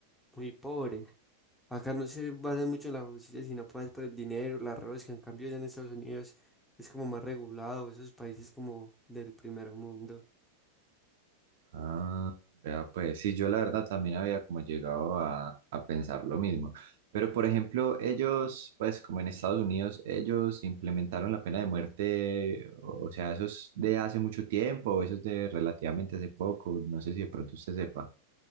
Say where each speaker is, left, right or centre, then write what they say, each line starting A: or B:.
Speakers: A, in the centre; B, on the right.
A: muy pobre. Acá no se basan mucho en la justicia, sino pues por el dinero, las robas, que en cambio ya en Estados Unidos es como más regulado, esos países como del primer mundo.
B: Ah, vea pues, sí, yo la verdad también había como llegado a, a pensar lo mismo. Pero por ejemplo, ellos, pues como en Estados Unidos, ellos implementaron la pena de muerte, o sea, eso es de hace mucho tiempo, eso es de relativamente hace poco, no sé si de pronto usted sepa.